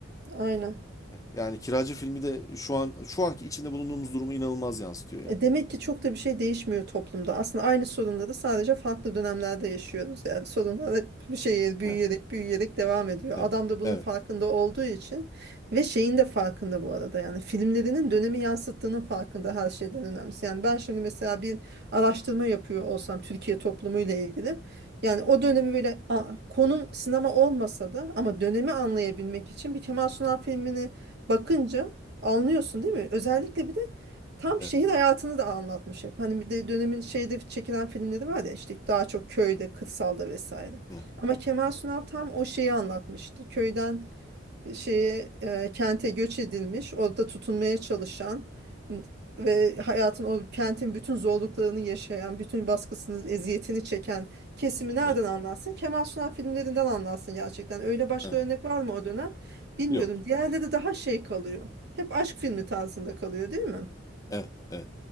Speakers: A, on the right; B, on the left.
A: Aynen.
B: yani kiracı filmi de şu an şu anki içinde bulunduğumuz durumu inanılmaz yansıtıyor yani.
A: E, demek ki çok da bir şey değişmiyor toplumda. Aslında aynı sorunları sadece farklı dönemlerde yaşıyoruz. Yani sorunlar hep bir şeye büyüyerek
B: Evet,
A: büyüyerek devam ediyor.
B: evet,
A: Adam da bunun
B: evet,
A: farkında olduğu için ve şeyin de farkında bu arada. Yani filmlerinin dönemi yansıttığının farkında her şeyden önemlisi. Yani ben şimdi mesela bir araştırma yapıyor olsam Türkiye toplumuyla ilgili. Yani o dönemi böyle a, konum sinema olmasa da ama dönemi anlayabilmek için bir Kemal Sunal filmini bakınca anlıyorsun değil mi? Özellikle bir de Tam
B: evet,
A: şehir
B: evet,
A: hayatını da anlatmış hep. Hani bir de dönemin şeyde çekilen filmleri var ya işte daha çok köyde, kırsalda vesaire.
B: evet,
A: Ama Kemal Sunal tam o şeyi anlatmıştı. Köyden e, şeye e, kente göç edilmiş, orada tutunmaya çalışan n- ve hayatın o kentin bütün zorluklarını yaşayan, bütün baskısını, eziyetini çeken kesimi nereden
B: evet,
A: anlatsın? Kemal Sunal filmlerinden anlatsın gerçekten. Öyle başka
B: evet.
A: örnek var mı o dönem? Bilmiyorum.
B: Yok.
A: Diğerleri daha şey kalıyor. Hep aşk filmi tarzında kalıyor, değil mi?
B: Evet, evet.